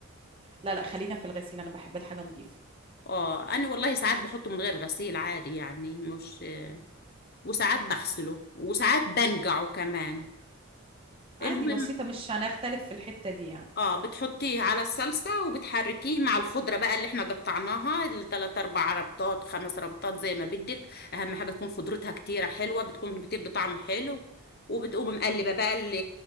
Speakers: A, on the right (about 25°); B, on the left (about 45°).
A: لا لا خلينا في الغسيل انا بحب الحاجه نظيفه
B: اه أنا والله ساعات بحطه من غير غسيل عادي يعني مش وساعات بغسله وساعات بنقعه كمان
A: عادي
B: المهم
A: بسيطة مش هنختلف في الحتة دي يعني
B: اه بتحطيه على الصلصة وبتحركيه مع الخضرة بقى اللي احنا قطعناها التلات اربع ربطات خمس ربطات زي ما بدك اهم حاجة تكون خضرتها كتيرة حلوة بتكون بتدي طعم حلو وبتقوم مقلبة بقى ال-